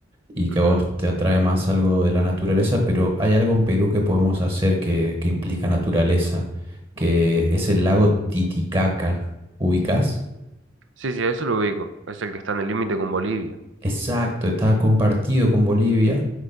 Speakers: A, on the right; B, on the right.
A: y que
B: Ujú.
A: a vos te atrae más algo de la naturaleza, pero hay algo en Perú que podemos hacer que, que implica naturaleza, que es el lago Titicaca. ¿Ubicás?
B: Sí, sí, eso lo ubico, es el que está en el límite con Bolivia.
A: Exacto, está compartido con Bolivia